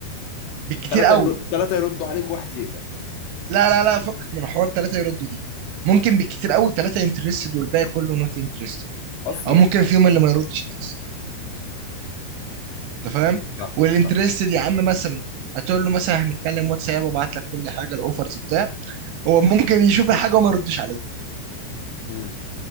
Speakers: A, on the right; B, on the left.
A: بالكتير
B: ثلاثه
A: قوي
B: يرد ثلاثه يردوا عليك واحد يقبل
A: لا لا لا فكك من حوار ثلاثه يردوا دي ممكن بالكتير قوي ثلاثه انترستد والباقي كله نوت انترستد
B: اصلا
A: او ممكن فيهم اللي ما يردش أساساً. انت فاهم
B: ايوه فاهم
A: والانترستد
B: فاهم
A: يا عم مثلا هتقول له مثلا هنتكلم واتساب وابعت لك كل حاجه الاوفرز بتاع هو ممكن يشوف الحاجه وما يردش عليك
B: امم